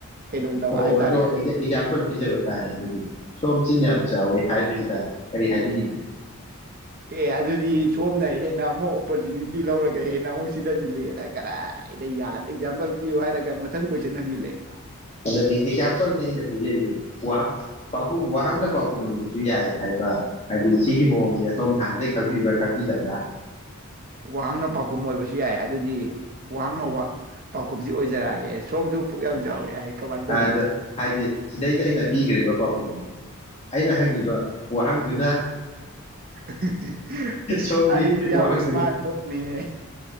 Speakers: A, on the right; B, on the left.
A: ꯀꯩꯗꯧꯗꯕ
B: ꯑꯣ
A: ꯍꯥꯏꯇꯥꯔꯦ
B: ꯑꯗꯣ ꯑꯣꯏꯗꯤ ꯑꯦꯛꯖꯝꯄꯜ ꯄꯤꯖꯦꯕ ꯇꯥꯔꯦ ꯑꯗꯨꯗꯤ ꯁꯣꯝ ꯆꯤꯟ ꯌꯥꯝ ꯆꯥꯎꯋꯤ ꯍꯥꯏꯕꯁꯤꯗ ꯀꯔꯤ ꯍꯥꯏꯕꯤꯅꯤꯡꯉꯤ
A: ꯑꯦ ꯑꯗꯨꯗꯤ ꯁꯣꯝꯅ ꯍꯦꯟꯅ ꯑꯃꯨꯛ ꯑꯣꯄꯣꯔꯆꯨꯅꯤꯇꯤ ꯂꯧꯔꯒ ꯍꯦꯟꯅ ꯑꯃꯨꯛ ꯁꯤꯊꯁꯤꯜꯂꯛꯑꯦꯗ ꯀꯗꯥꯏꯗ ꯌꯥ ꯑꯦꯛꯖꯥꯝꯄꯜ ꯄꯤꯌꯨ ꯍꯥꯏꯔꯒ ꯃꯊꯪ ꯀꯣꯏꯁꯟ ꯍꯪꯖꯤꯜꯂꯛꯑꯦ
B: ꯑꯗꯣ ꯑꯩ ꯑꯦꯛꯖꯥꯝꯄꯜꯅꯦ ꯑꯩꯅ ꯄꯤꯖꯔꯤꯁꯦ ꯋꯥꯍ ꯄꯥꯎꯈꯨꯝ ꯋꯥꯍꯥꯛꯅ ꯄꯥꯎꯈꯨꯝ ꯑꯣꯏꯕꯁꯨ ꯌꯥꯏ ꯍꯥꯏꯕ ꯍꯥꯏꯗꯤ ꯁꯤꯒꯤ ꯃꯑꯣꯡꯁꯦ ꯑꯗꯣꯝ ꯍꯥꯟꯅꯩ ꯈꯪꯕꯤꯕ꯭ꯔꯥ ꯈꯪꯕꯤꯗꯕ꯭ꯔꯥ
A: ꯋꯥꯍꯪꯅ ꯄꯥꯎꯈꯨꯝ ꯑꯣꯏꯕꯁꯨ ꯌꯥꯏ ꯑꯗꯨꯗꯤ ꯋꯥꯍꯪꯅ ꯋꯥ ꯄꯥꯎꯈꯨꯝꯁꯤ ꯑꯣꯏꯖꯔꯛꯑꯒꯦ ꯁꯣꯝꯁꯨ ꯄꯨꯛ ꯌꯥꯝ ꯆꯥꯎꯋꯦ ꯍꯥꯏ ꯀꯃꯥꯏꯅ ꯇꯧꯕꯅꯣ
B: ꯑꯥꯗ ꯍꯥꯏꯗꯤ ꯁꯤꯗꯩꯗ ꯑꯩꯅ ꯄꯤꯈ꯭ꯔꯦꯕ ꯄꯥꯎꯈꯨꯝꯗꯣ ꯑꯩꯅ ꯍꯪꯉꯤꯕ ꯋꯥꯍꯪ ꯑꯗꯨꯅ <unintelligible>
A: ꯑꯍꯤ ꯍꯤ ꯑꯩꯁ
B: ꯁꯣꯝꯒꯤ
A: ꯑꯗꯨꯗꯤ ꯌꯥꯝ
B: ꯋꯥꯍꯪꯗꯨꯒꯤ
A: ꯏꯁꯃꯥꯔꯠ ꯃꯣꯠꯅꯦꯍꯦ